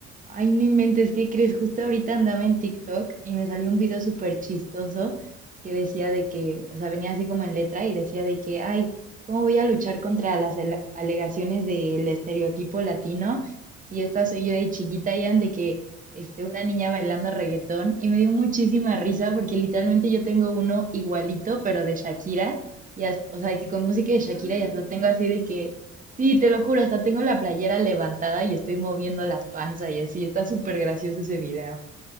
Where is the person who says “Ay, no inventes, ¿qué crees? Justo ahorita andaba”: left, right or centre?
Right